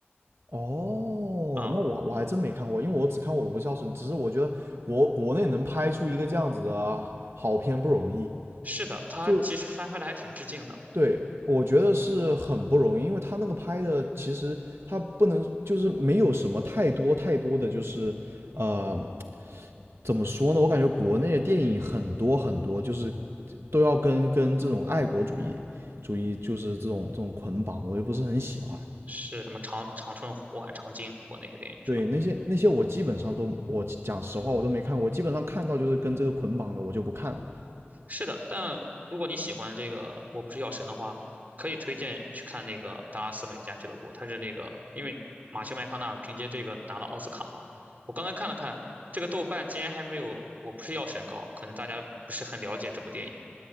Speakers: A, on the right (about 85°); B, on the right (about 40°).
A: 哦，
B: 嗯，
A: 那我我还真没看过，因为我只看过《我不孝顺》，只是我觉得国国内能拍出一个这样子的好片不容易。
B: 是的，他其实翻拍的还挺致敬的，
A: 就对，我觉得是很不容易，因为他那个拍的其实他不能就是没有什么太多太多的就是呃怎么说呢？我感觉国内的电影很多很多，就是都要跟跟这种爱国主义主义就是这种这种捆绑，我又不是很喜欢。
B: 是什么长长春湖还是长津湖啊那些电影是吧？
A: 对，那些那些我基本上都，我讲实话我都没看过，我基本上看到就是跟这个捆绑的，我就不看了。
B: 是的，但如果你喜欢这个《我不是药神》的话，可以推荐去看那个《达拉斯买家俱乐部》，它是那个因为马修麦康纳凭借这个拿了奥斯卡嘛。我刚才看了看，这个豆瓣竟然还没有《我不是药神》高，可能大家不是很了解这部电影。